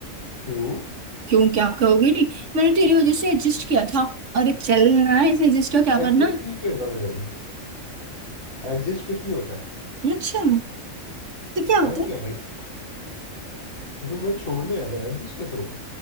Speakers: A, on the left; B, on the right.
A: क्यों
B: क्यों क्या कहोगे नहीं मैंने तेरी वजह से एडजस्ट किया था अरे चलना है इसे एडजस्ट का क्या
A: एडजस्ट
B: करना है?
A: नहीं किया था मैंने एडजस्ट कुछ नहीं होता है
B: अच्छा तो क्या होता
A: और
B: है
A: क्या भाई तुम्हें मैं छोड़ने आया था एडजस्ट कैसे हुआ